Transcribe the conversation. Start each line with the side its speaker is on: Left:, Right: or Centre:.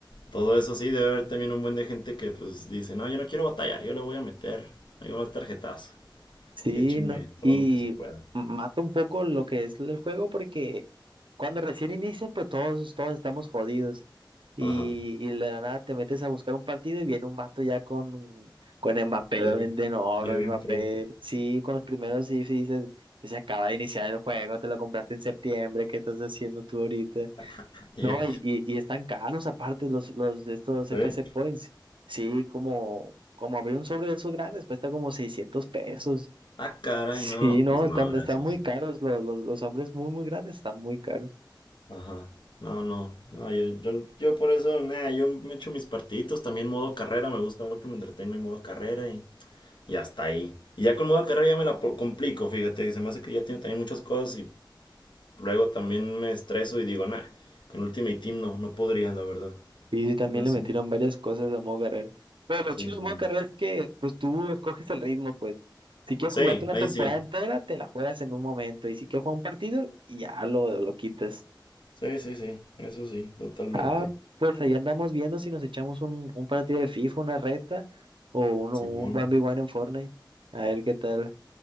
Left: todo eso sí, debe haber también un buen de gente que pues dice, no, yo no quiero batallar, yo le voy a meter, ahí va el tarjetazo
Right: Sí,
Left: y échenme
Right: no, y
Left: todo lo que se pueda.
Right: mata un poco lo que es el juego porque cuando recién inicias, pues todos, todos estamos jodidos. Y,
Left: Ajá.
Right: y de la nada te metes a buscar un partido y viene un vato ya con, con Mbappé
Left: Ya vi-
Right: de oro,
Left: ya bien
Right: Mbappé.
Left: pro.
Right: Sí, con los primeros sí, sí dices, "Pues, se acaba de iniciar el juego, te lo compraste en septiembre, ¿qué estás haciendo tú ahorita?
Left: <laughs> Ya-
Right: No, y, y, y están caros aparte los, los de estos FC
Left: ¿Sí?
Right: Points. Sí, como, como abrir un sobre de esos grandes cuesta como 600 pesos.
Left: Ah, caray,
Right: Sí,
Left: no,
Right: no,
Left: pues no,
Right: están,
Left: gracias.
Right: están muy caros, los, los, los hombres muy, muy grandes están muy caros.
Left: Ajá. No, no. No, yo, yo, yo por eso, nada, yo me echo mis partiditos. También modo carrera, me gusta mucho, me entretengo en modo carrera y, y hasta ahí. Y ya con modo carrera ya me la po- complico, fíjate. Se me hace que ya tengo también muchas cosas y luego también me estreso y digo, nah, con Ultimate Team no, no podría, la verdad.
Right: Y sí, también
Left: Sí, me hace-
Right: le metieron varias cosas a modo carrera. Pero lo
Left: Sí,
Right: chido
Left: no.
Right: de modo carrera es que, pues tú escoges el ritmo, pues. Si quieres
Left: Sí,
Right: jugarte una
Left: ahí
Right: temporada
Left: sí.
Right: entera, te la juegas en un momento. Y si quieres jugar un partido, ya lo, lo quitas.
Left: Sí, sí, sí. Eso sí, totalmente.
Right: Ah, pues ahí andamos viendo si nos echamos un, un partido de FIFA, una reta, o uno,
Left: Simón.
Right: un 1v1 en Fortnite. A ver qué tal.